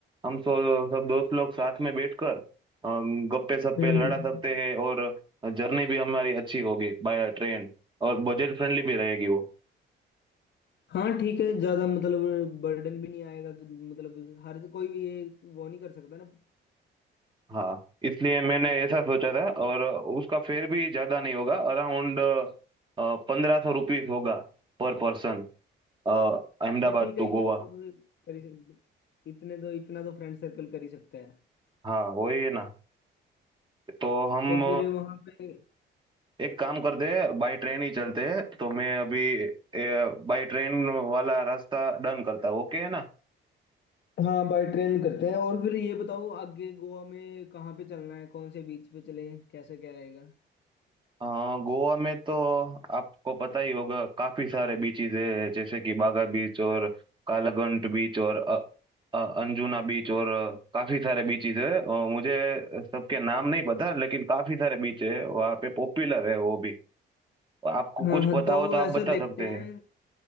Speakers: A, on the right; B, on the left.
A: हम सो, सब दोस्त लोग साथ में बैठकर अम, गप्पे सप्पे
B: हम्म
A: लड़ा सकते हैं और जर्नी भी हमारी अच्छी होगी बाय ट्रेन और बजट फ्रेंडली भी रहेगी वो
B: हाँ ठीक है ज्यादा मतलब बर्डन भी नहीं आएगा कि मतलब हर कोई भी ये वो नहीं कर सकता ना
A: हाँ इसलिए मैंने ऐसा सोचा था और उसका फेयर भी ज्यादा नहीं होगा अराउंड पंद्रह सौ रुपीज होगा per person Ahmedabad
B: बट ठीक
A: to
B: है इतना
A: Goa
B: तो कर ही सकते इतने तो इतना तो फ्रेंड सर्कल कर ही सकता है
A: हाँ वही है ना तो हम
B: तो फिर वहां पे
A: एक काम करते हैं, बाई ट्रेन ही चलते हैं। तो मैं अभी बाई ट्रेन वाला रास्ता डन करता हूँ ओके है ना
B: हाँ बाय ट्रेन करते हैं और फिर ये बताओ आगे गोवा में कहाँ पे चलना है कौन से बीच पे चले कैसे क्या रहेगा
A: अ, गोवा में तो आपको पता ही होगा काफी सारे बीचेस है जैसे कि बागा बीच और कालागंट बीच और अ, अ, अंजुना बीच और अ, काफी सारे बीचेस है अ, मुझे सबके नाम नहीं पता लेकिन काफी सारे बीच है वहाँ पे पॉपुलर है वो भी आपको
B: हाँ
A: कुछ
B: हाँ
A: पता
B: तो
A: हो तो आप
B: ऐसा
A: बता
B: देखते
A: सकते
B: हैं
A: हैं